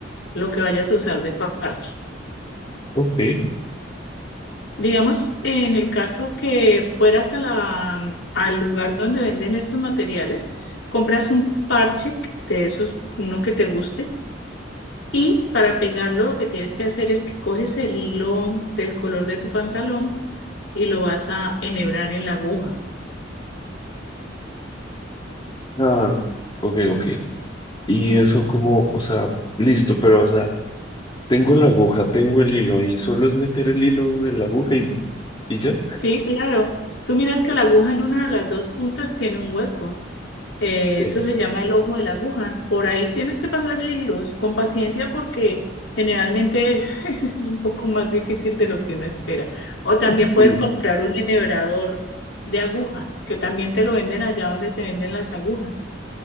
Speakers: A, on the left; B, on the left.
A: lo que vayas a usar de parche.
B: Ok.
A: Digamos, en el caso que fueras a la, al lugar donde venden estos materiales, compras un parche de esos, uno que te guste, y para pegarlo lo que tienes que hacer es que coges el hilo del color de tu pantalón y lo vas a enhebrar en la aguja.
B: Ah, ok, ok. Y eso como, o sea, listo, pero, o sea, tengo la aguja, tengo el hilo y solo es meter el hilo en la aguja y, y ya.
A: Sí, claro. Tú miras que la aguja en una de las dos puntas tiene un hueco. Eh,
B: Sí.
A: eso se
B: <laughs>
A: llama el ojo de la aguja. Por ahí tienes que pasar hilos con paciencia porque generalmente <laughs> es un poco más difícil de lo que uno espera. O también
B: Sí,
A: puedes comprar un enhebrador de agujas, que también te lo venden allá donde te venden las agujas.